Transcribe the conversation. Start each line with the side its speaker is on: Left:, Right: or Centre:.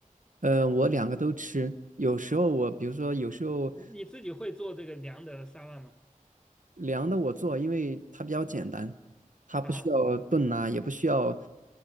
Right: 呃，我两个都吃，有时候我比如说有时候
Centre: 你自己会做这个凉的沙拉吗？
Right: 凉的我做，因为它比较简单，它不需要炖呐、
Centre: 啊，
Right: 也不需要，